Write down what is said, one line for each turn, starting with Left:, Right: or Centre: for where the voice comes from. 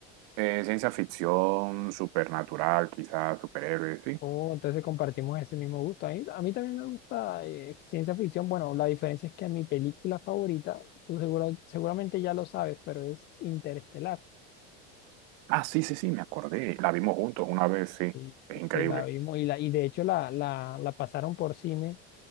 Right: Eh, ciencia ficción, supernatural, quizás superhéroes, sí.
Left: Oh, entonces compartimos ese mismo gusto. A mí, a mí también me gusta eh, ciencia ficción. Bueno, la diferencia es que mi película favorita, tú seguro, seguramente ya lo sabes, pero es Interestelar.
Right: Ah, sí, sí, sí, me acordé. La vimos juntos una vez, sí.
Left: Y y
Right: Es increíble.
Left: que la vimos y, la, y de hecho la, la, la pasaron por cine.